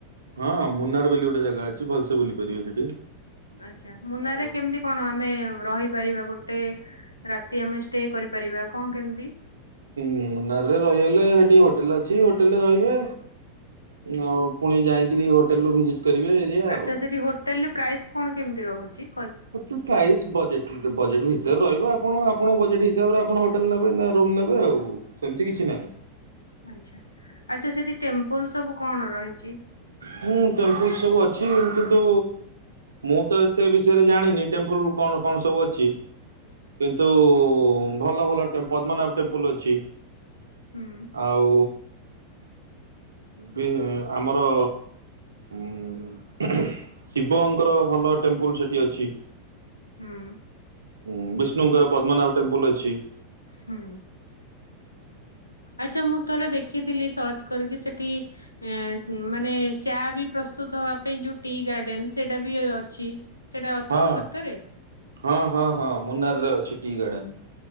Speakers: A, on the right (about 70°); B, on the left (about 85°).
A: ହଁ ମୁନାର ବୋଲି ଗୋଟେ ଜାଗା ଅଛି ଭଲସେ ବୁଲି ପାରିବେ ସେଠି।
B: ଆଚ୍ଛା ମୁନାରେ
A: ଆଉ
B: କେମିତି କଣ ଆମେ ରହିପାରିବା ଗୋଟେ ରାତି ଆମେ ଷ୍ଟେ କରିପାରିବା କଣ କେମିତି?
A: ମୁନାରେ ରହିଗଲେ ହେଟି ହୋଟେଲ ଅଛି ହୋଟେଲରେ ରହିବେ। ଆଉ ପୁଣି ଯାଇକିରି ହୋଟେଲେରୁ ଭିଜିଟ୍ କରିବେ। ଏରିଆ
B: ଆଚ୍ଛା
A: ଆଉ।
B: ସେଠି ହୋଟେଲେରେ ପ୍ରାଇସ୍ କଣ କେମିତି ରହୁଚି?
A: <unintelligible> ପ୍ରାଇସ୍ ବଜେଟ୍ ବଜେଟ୍ ଭିତରେ ରହିବ ଆପଣ ଆପଣଙ୍କ ବଜେଟ୍ ହିସାବରେ ଆପଣ ହୋଟେଲ୍ ନେବେ ନା ରୁମ୍ ନେବେ ଆଉ। ସେମିତି କିଛି ନାହିଁ।
B: ଆଚ୍ଛା ଆଛା ସେଠି ଟେମ୍ପଲ ସବୁ କଣ ରହିଚି?
A: ହୁଁ ଟେମ୍ପଲ ସବୁ ଅଛି କିନ୍ତୁ ମୁଁତ ଏତେ ବିଷୟରେ ଜାଣିନି ଟେମ୍ପଲ କଣ କଣ ସବୁ ଅଛି। କିନ୍ତୁ ଭଲ ଭଲ ଟେମ୍ପୁ ପଦ୍ମନାଭ ଟେମ୍ପୁଲ୍ ଅଛି।
B: ହୁଁ
A: ଆଉ ବି ଆମର ଉ ଶିବଙ୍କର ଭଲ ଟେମ୍ପୁଲ ସେଠି ଅଛି।
B: ହୁଁ।
A: ହଁ ବିଷ୍ଣୁଙ୍କର ପଦ୍ମନାଭ ଟେମ୍ପଲ ଅଛି।
B: ହୁଁ। ଆଚ୍ଛା ମୁଁ ଥରେ ଦେଖିଥିଲି ସର୍ଚ୍ଚ କରିକି ସେଠି ଉ ମାନେ ଚା ବି ପ୍ରସ୍ତୁତ ହେବା ପାଇଁ ଯେଉଁ ଟି ଗାର୍ଡେନ ସେଇଟାବି ଅଛି ସେଇଟା ଅଛି
A: ହଁ
B: ସତରେ?
A: ହଁ ହଁ ହଁ ମୁନାରରେ ଅଛି ଟି ଗାର୍ଡେନ୍।